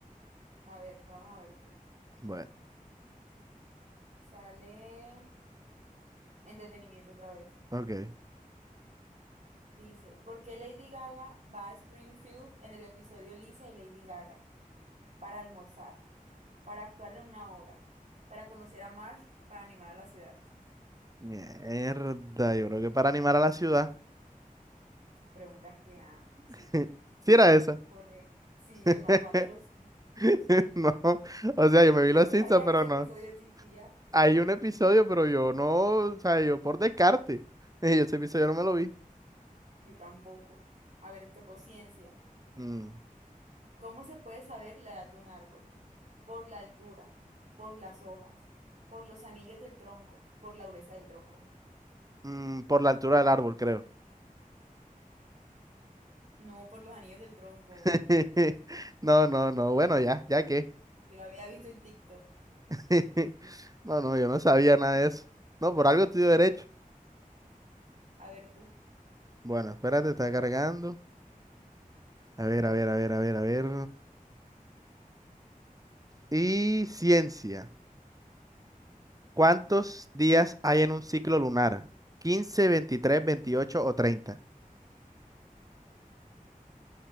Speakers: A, on the right (about 55°); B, on the right (about 25°).
A: A ver, vamos a ver tú.
B: Bueno,
A: Sale entretenimiento otra vez.
B: ok.
A: Dice, ¿por qué Lady Gaga va a Springfield en el episodio Lisa y Lady Gaga? Para almorzar, para actuar en una obra, para conocer a Marsh, para animar a la ciudad.
B: Mierda, yo creo que para animar a la ciudad.
A: Las preguntas que, ah,
B: <laughs>
A: sí,
B: Sí era esa.
A: correcto. Sí,
B: <laughs>
A: el más fan de los Simpsons.
B: No, o sea, yo me vi
A: Yo
B: los
A: no
B: Simpsons,
A: sabía
B: pero
A: que ese
B: no.
A: episodio existía.
B: Hay un episodio, pero yo no, o sea, yo por descarte. <laughs> Yo ese episodio no me lo vi.
A: Yo tampoco. A ver, tocó ciencia.
B: Mm.
A: ¿Cómo se puede saber la edad de un árbol? por la altura, por las hojas, por los anillos del tronco, por la dureza del tronco.
B: Mm, por la altura del árbol, creo.
A: No, por los anillos del tronco.
B: <laughs> No, no, no. Bueno, ya, ya qué.
A: Yo lo había visto en TikTok.
B: <laughs> No, no, yo no sabía nada de eso. No, por algo estoy derecho.
A: A ver tú.
B: Bueno, espérate, está cargando. A ver, a ver, a ver, a ver, a ver. Y ciencia. ¿Cuántos días hay en un ciclo lunar? 15, 23, 28 o treinta.